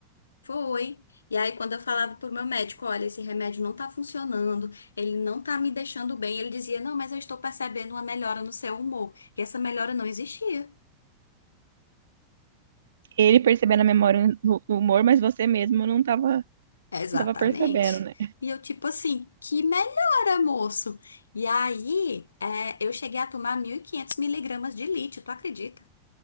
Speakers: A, on the left; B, on the right.
A: Foi. E aí, quando eu falava pro meu médico, olha, esse remédio não tá funcionando, ele não tá me deixando bem, ele dizia, não, mas eu estou percebendo uma melhora no seu humor. E essa melhora não existia.
B: Ele percebendo a memória do do humor, mas você mesmo não tava,
A: Exatamente.
B: não tava percebendo, né?
A: E eu, tipo assim, que melhora, moço? E aí, é, eu cheguei a tomar 1.500 miligramas de lítio, tu acredita?